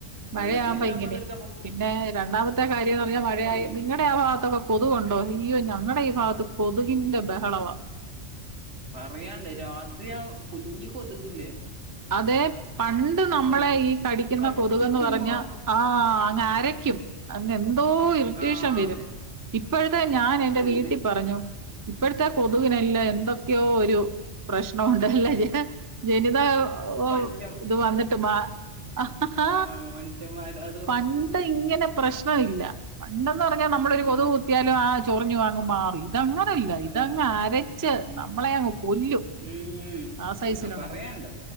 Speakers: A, on the right; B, on the right.
A: മഴയാകുമ്പോ
B: വെള്ളത്തിന് ക്ഷാമള്ളോൽ
A: ഇങ്ങനെ പിന്നെ രണ്ടാമത്തെ കാര്യംന്ന് പർഞ്ഞ മഴയായ
B: ഇങ്ങനെ
A: നിങ്ങടെ ആ ഭാഗത്തൊക്കെ കൊതുകുണ്ടോ? അയ്യോ ഞങ്ങടെ ഈ ഭാഗത്ത കൊതുകിന്റെ ബഹളവാ.
B: പറയാണ്ടോ രാത്രി ആഹ് കുഞ്ഞി കൊതുകില്ലേ?
A: അതെ പണ്ട് നമ്മളെ
B: ഹ്
A: ഈ കടിക്കുന്ന
B: കടിച്ചിട്ട്
A: കൊതുകന്ന് പറഞ്ഞ
B: മാ
A: ആഹ് അങ്ങ്അരയ്ക്കും. അന്ന് എന്തോ ഇർറ്റേഷൻ
B: ആഹ്
A: വരും
B: അതെ
A: ഇപ്പോഴത്തെ ഞാൻ എന്റെ വീട്ടിൽ
B: ഇത്
A: പറഞ്ഞു ഇപ്പോഴത്തെ കൊതുവിനല്ലാം എന്തൊക്കെയോ ഒരു പ്രശ്നമുണ്ടല്ലല്ലേ ജനിത ഓഹ്
B: മനുഷ്യ
A: ഇത് വന്നിട്ട്മാ ആഹ്
B: ഉം മനുഷ്യമാരാ
A: പണ്ട് ഇങ്ങനെ പ്രശ്നല്ല പണ്ടന്ന് പർഞ്ഞാ നമ്മളൊ ഒരു
B: ഉം
A: കൊതു ത്ത്യാലും ആഹ് ചൊറിഞ്ഞു അങ്ങ് മാറും ഇതങ്ങനല്ല ഇതങ്ങ്
B: ഉം
A: അരച്ച്
B: ഉം
A: നമ്മളെ അങ്ങ് കൊല്ലും.
B: ഉം
A: ആ സൈസിലുള്ള
B: പറയാണ്ടോ
A: കൊതു